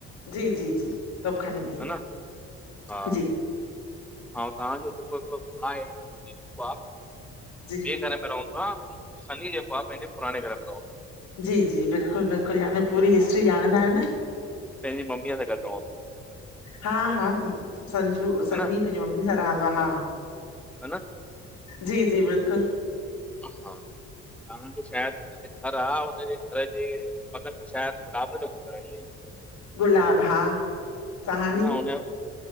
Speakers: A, on the left; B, in the centre.
A: जी जी जी तोपखाने में,
B: न हा
A: जी।
B: ऐं तव्हांजो जेको हिकिड़ो भाउ आहे, दीपू आ
A: जी
B: ॿिए घर में रहंदो आ ऐं सन्ही जेकोआ, पंहिंजे पुराणे घर में रहंदोआ।
A: जी बिल्कुलु बिल्कुलु, हाणे पूरी हिस्ट्री ॼाणंदा आहियो न।
B: पंहिंजी मम्मीअ सां गॾु रहंदो आहे
A: हा। हा, संजू,
B: हा
A: सनी।
B: न
A: पंहिंजी मम्मी सां रहंदो आ, हा।
B: ह ना।
A: जी जी बिल्कुलु।
B: हा। तव्हांज जो शायदिे घर आ, हुनजे घर जे बॻल में शायदि गुलाब जो घर आ इअ।
A: गुलाब हा। सहानी
B: हुना हुनजे